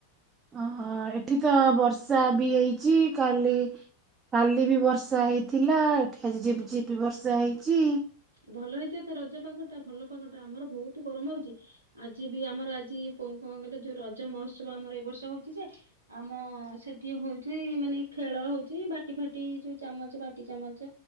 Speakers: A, on the right; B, on the right.
A: ଓହୋ! ଏଠି ତ ବର୍ଷା ବି ହେଇଛି କାଲି କାଲି ବି ବର୍ଷା ହେଇଥିଲା। ଏଠି ଆଜି ଝିପ୍ ଝିପ୍ ବର୍ଷା ହେଇଛି।
B: ଭଲ ହେଇଥିବ ତ, ରଜପାଗଟା ଭଲ ପାାଗଟା ଆମର ବହୁତ ଗରମ ହଉଛି। ଆଜି ବି ଆମର ଆଜି ପ କଣ କହିଲ ଯୋଉ ରଜ ମହୋତ୍ସବ ଆମର ଏ ବର୍ଷ ହଉଛି ଯେ ଆମ ସେଠି ହଉଛି ମାନେ ଖେଳ ହଉଛି, ବାଟି ଫାଟି ଯୋଉ ଚାମଚ ବାଟ୍ ଟି ଚାମଚ,